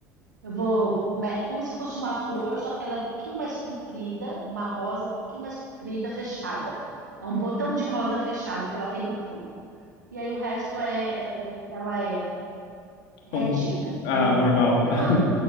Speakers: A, on the right; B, on the left.
A: Eu vou, me- como se fosse uma flor, só que ela é um pouquinho mais comprida, uma rosa um pouquinho mais comprida, fechada. É um botão de rosa fechado que ela tem no punho. E aí o resto é, é- ela é retinha,
B: Um... Ah,
A: normal.
B: o normal.
A: E
B: <laughs>
A: vo,